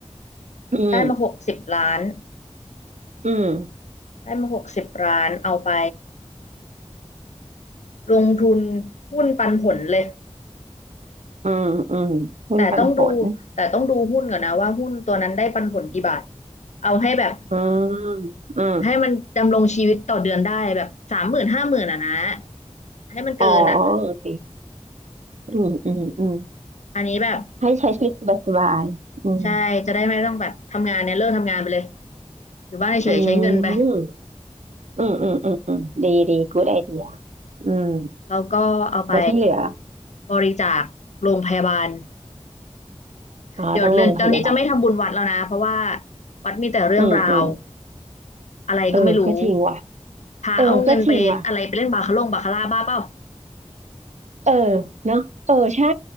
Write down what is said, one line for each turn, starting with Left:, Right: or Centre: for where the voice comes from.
Right: อืม
Left: ได้มาหกสิบล้าน
Right: อืม
Left: ได้มาหกสิบล้านเอาไปลงทุนหุ้นปันผลเลย
Right: อืมอืมหุ้นปันผล
Left: แต่ต้องดูแต่ต้องดูหุ้นก่อนนะว่าหุ้นตัวนั้นได้ปันผลกี่บาทเอาให้แบบ
Right: อืมอืม
Left: ให้มันดำรงชีวิตต่อเดือนได้แบบสามหมื่นห้าหมื่นอ่ะนะให้มันเกินอ่ะ
Right: อ๋อโอเคอืมอืมอืม
Left: อันนี้แบบ
Right: ให้ใช้ชีวิตสบายๆอืม
Left: ใช่จะได้ไม่ต้องแบบทำงานเนี่ยเลิกทำงานไปเลยอยู่บ้านเฉยๆใช้เงินไป
Right: อืม อืมอืมอืมอืมดีดีกูดไอเดียอืม
Left: แล้วก็เอาไป
Right: แล้วที่เหลือ
Left: บริจาคโรงพยาบาล
Right: อ๋อต้องลงพยาบาล
Left: เดี๋ยวเรือนตอนนี้จะไม่ทำบุญวัดแล้วนะเพราะว่าวัดมีแต่เรื่องราว
Right: อืมอืม
Left: อะไรก็ไม่รู้
Right: เออก็จริงว่ะ
Left: พระเอาเงินไปอะไรไปเล่นบาคาร่งบาคาร่าบ้าเปล่า
Right: เออก็จริงว่ะเออเนาะเออใช่